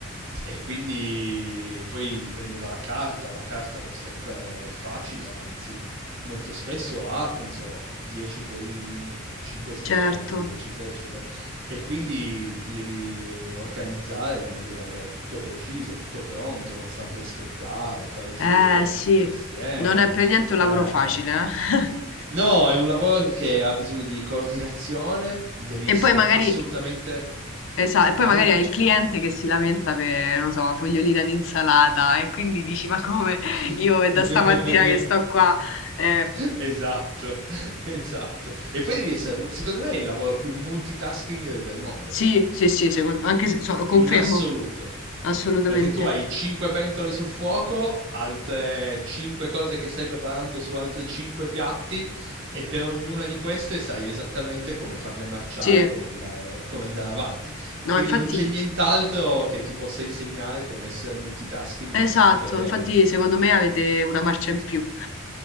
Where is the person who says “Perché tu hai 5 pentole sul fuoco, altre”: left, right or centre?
Right